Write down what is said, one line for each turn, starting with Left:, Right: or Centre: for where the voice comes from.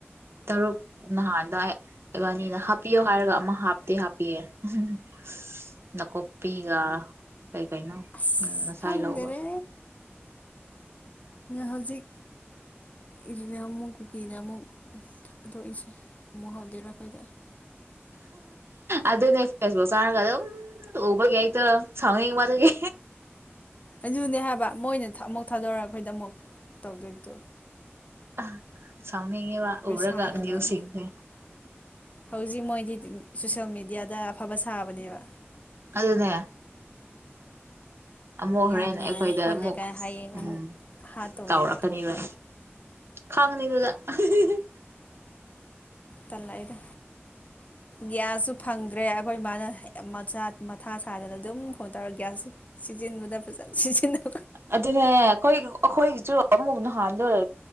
Right: ꯇꯔꯨꯛ ꯅꯍꯥꯟꯗ ꯏꯕꯥꯅꯤꯅ ꯍꯥꯞꯄꯤꯌꯣ ꯍꯥꯏꯔꯒ ꯑꯃ ꯍꯥꯞꯇꯦ ꯍꯥꯞꯄꯦꯌꯦ ꯎꯝ ꯅꯀꯣꯛ ꯄꯤꯒ ꯀꯩ ꯀꯩꯅꯣ
Left: ꯑꯁ
Right: ꯉꯁꯥꯏ
Left: ꯈꯪꯗꯦꯔꯦ
Right: ꯂꯧꯕ
Left: ꯍꯧꯖꯤꯛ ꯏꯚꯤꯅꯤꯡ ꯑꯃꯨꯛ ꯀꯨꯀꯤ ꯅꯥ ꯑꯃꯨꯛ <unintelligible> ꯑꯃꯨꯛ ꯍꯧꯗꯨꯔ ꯈꯣꯏꯗ
Right: ꯑꯗꯨꯅ ꯐꯦꯁꯕꯨꯛ ꯆꯥꯔꯒ ꯑꯗꯨꯝ ꯎꯕꯒꯤ ꯑꯩꯗꯣ ꯁꯥꯎꯅꯤꯡꯕ ꯑꯗꯨꯒꯤ
Left: ꯑꯗꯨꯅꯦ ꯍꯥꯏꯕ ꯃꯣꯏꯅ ꯑꯃꯨꯛ ꯊꯥꯗꯣꯔꯒ ꯑꯩꯈꯣꯏꯗ ꯑꯃꯨꯛ ꯇꯧꯗꯣꯏ ꯇꯣ
Right: ꯑꯥ ꯁꯥꯎꯅꯤꯡꯉꯤꯕꯥ ꯎꯔꯒ
Left: ꯁꯥꯗꯅ
Right: ꯅꯤꯎꯁ ꯁꯤꯡꯁꯦ
Left: ꯍꯧꯖꯤꯛ ꯃꯣꯏꯗꯤ ꯁꯣꯁꯦꯜ ꯃꯦꯗꯤꯌꯥꯗ ꯑꯐꯕ ꯁꯥꯕꯅꯦꯕ
Right: ꯑꯗꯨꯅꯦ ꯑꯃꯨꯛ ꯍꯣꯔꯦꯟ
Left: ꯌꯥꯝ ꯅꯨꯡꯉꯥꯏꯔꯦ
Right: ꯑꯩꯈꯣꯏꯗ
Left: ꯈꯣꯠꯂꯦ
Right: ꯑꯃꯨꯛ
Left: ꯀꯥꯏ ꯍꯌꯦꯡ
Right: ꯎꯝ
Left: ꯑꯃꯨꯛ ꯍꯥꯠꯇꯧꯅꯦꯕ
Right: ꯇꯧꯔꯛꯀꯅꯤꯕ
Left: ꯇꯧꯔꯤꯁꯦ
Right: ꯈꯪꯅꯤꯗꯨꯗ <unintelligible>
Left: ꯇꯜꯂꯥꯛꯑꯦꯗꯥ ꯒ꯭ꯌꯥꯁꯁꯨ ꯐꯪꯗ꯭ꯔꯦ ꯑꯩꯈꯣꯏ ꯃꯥꯅ ꯃꯆꯥ ꯃꯊꯥ ꯁꯥꯗꯅ ꯑꯗꯨꯝ ꯐꯣꯟ ꯇꯧꯔꯒ ꯒ꯭ꯌꯥꯁ ꯁꯤꯖꯤꯟꯕꯗ ꯐꯖꯅ ꯁꯤꯖꯤꯟꯅ
Right: ꯑꯗꯨꯅꯦ ꯑꯩꯈꯣꯏ ꯑꯩꯈꯣꯏꯒꯤꯁꯨ ꯑꯃꯨꯛ ꯅꯍꯥꯟꯗꯣ